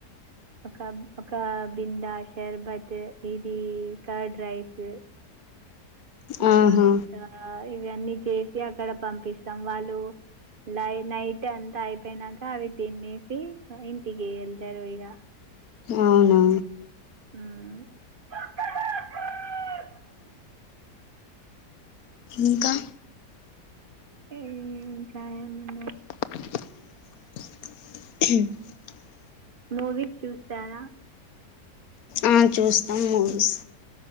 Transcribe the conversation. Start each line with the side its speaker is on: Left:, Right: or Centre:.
Right: ఒక ఒక బింద, షర్బత్, ఇది కర్డ్ రైస్ ఇంకా
Left: ఆహా
Right: ఇంత ఇవన్నీ చేసి అక్కడ పంపిస్తాం వాళ్ళు లై నైట్ అంతా అయిపోయినాక అవి తినేసి ఇంటికి వెళ్తారు ఇక
Left: అవునా
Right: మ్
Left: ఇంకా
Right: ఇంకా ఏమున్నాయ్?
Left: <inaudible> <inaudible>
Right: మూవీస్ చూస్తారా?
Left: ఆ చూస్తాం మూవీస్.